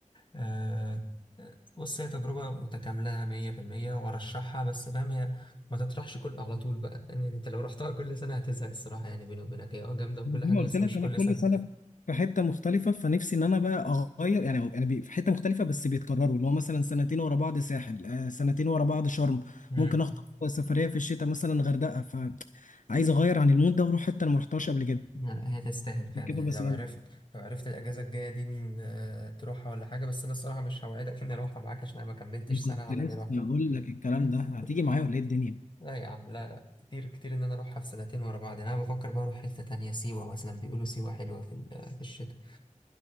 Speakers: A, on the left; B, on the left.
A: آه آه، بص هي تجربة متكاملة مية في المية وأرشحها بس فاهم هي ما تطرحش كل على طول بقى يعني أنت لو رحتها كل سنة هتزهق الصراحة يعني بيني وبينك هي اه جامدة وكل
B: زي
A: حاجة
B: ما قلت
A: بس
B: لك
A: مش
B: انا
A: كل
B: كل
A: سنة
B: سنه في حته مختلفه فنفسي ان انا بقى اغير يعني انا بي- في حته مختلفه بس بيتكرروا اللي هو مثلا سنتين ورا بعض ساحل آه، سنتين ورا بعض شرم
A: امم
B: ممكن اخطف سفريه في الشتاء مثلا غردقه فعايز اغير عن المود ده واروح حته انا ما رحتهاش قبل كده
A: لا لا، هي تستاهل فعلا
B: عشان كده
A: يعني
B: بسالك
A: لو عرفت لو عرفت الأجازة الجاية دي إن، آه، تروحها ولا حاجة بس أنا الصراحة مش هوعدك إني أروحها معاك عشان أنا ما كملتش
B: إيه
A: سنة
B: كنت
A: على
B: لسه
A: إني روحتها
B: بقول لك الكلام
A: <laughs>
B: ده هتيجي معايا ولا ايه الدنيا
A: لا يا عم لا لا كتير كتير ان انا اروحها في سنتين ورا بعض يعني انا بفكر بقى اروح حتة تانية سيوة مثلا بيقولوا سيوة حلوة في ال- في الشتاء